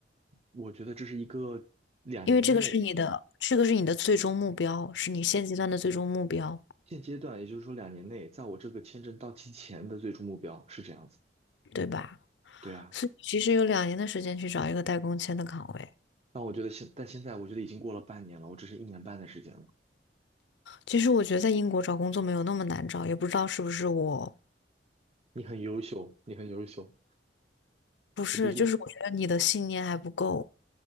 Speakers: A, on the right; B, on the left.
A: 我觉得这是一个两年内
B: 因为这个是你的，这个是你的最终目标，是你现阶段的最终目标，
A: 现阶段，也就是说两年内，在我这个签证到期前的最终目标是这样子。
B: 对吧？
A: 对啊。
B: 所以其实有两年的时间去找一个带工签的岗位。
A: 但我觉得现，但现在我觉得已经过了半年了，我只是一年半的时间了。
B: 其实我觉得在英国找工作没有那么难找，也不知道是不是我，
A: 你很优秀，你很优秀，
B: 不是，
A: 我必须
B: 就是我觉得你的信念还不够。